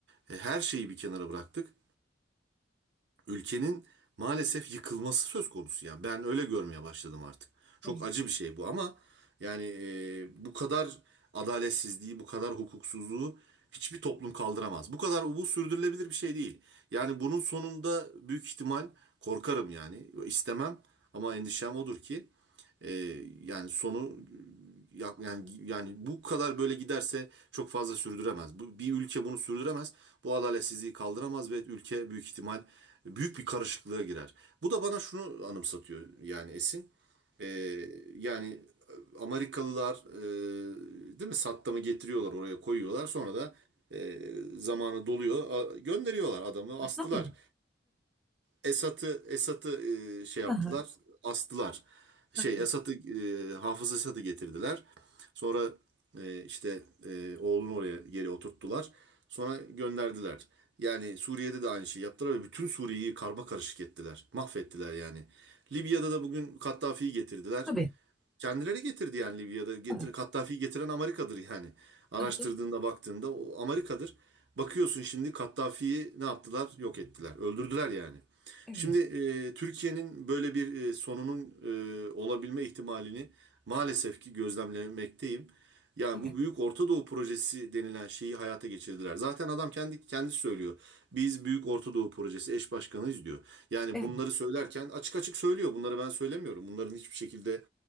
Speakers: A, on the right (about 65°); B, in the centre.
A: e, her şeyi bir kenara bıraktık ülkenin maalesef yıkılması söz konusu yani. Ben öyle görmeye başladım artık. Çok
B: evet,
A: acı bir şey bu ama yani e, bu kadar adaletsizliği, bu kadar hukuksuzluğu hiçbir toplum kaldıramaz. Bu kadar bu sürdürülebilir bir şey değil. Yani bunun sonunda büyük ihtimal korkarım yani istemem ama endişem odur ki e, yani sonu ya- Yani yani bu kadar böyle giderse çok fazla sürdüremez. Bu, bir ülke bunu sürdüremez. Bu adaletsizliği kaldıramaz ve ülke büyük ihtimal büyük bir karışıklığa girer. Bu da bana şunu anımsatıyor yani Esin. Ee, yani Amerikalılar e, değil mi Saddam'ı getiriyorlar oraya koyuyorlar sonra da e, zamanı doluyor a- gönderiyorlar adamı astılar.
B: tabii,
A: Esat'ı Esat'ı e, şey yaptılar,
B: ha, ha,
A: astılar. Şey
B: tabii,
A: Esat'ı e, Hafız Esat'ı getirdiler. Sonra e, işte e, oğlunu oraya geri oturttular. Sonra gönderdiler. Yani Suriye'de de aynı şeyi yaptılar ve bütün Suriye'yi karma karışık ettiler. Mahvettiler yani. Libya'da da bugün Kaddafi'yi getirdiler.
B: tabii,
A: Kendileri getirdi yani Libya'da.
B: ha, ha, ha, ha,
A: Getir,
B: tabii, tabii,
A: Kaddafi'yi getiren Amerika'dır yani. Araştırdığında
B: ha, ha,
A: baktığında o Amerika'dır. Bakıyorsun şimdi Kaddafi'yi ne yaptılar? Yok ettiler. Öldürdüler yani.
B: evet,
A: Şimdi e, Türkiye'nin böyle bir e, sonunun e, olabilme ihtimalini maalesef ki gözlemlemekteyim. Yani
B: evet,
A: bu Büyük Orta Doğu projesi denilen şeyi hayata geçirdiler. Zaten adam kendi kendisi söylüyor. Biz Büyük Orta Doğu projesi eş başkanıyız diyor. Yani
B: evet,
A: bunları söylerken açık açık söylüyor. Bunları ben söylemiyorum. Bunların hiçbir şekilde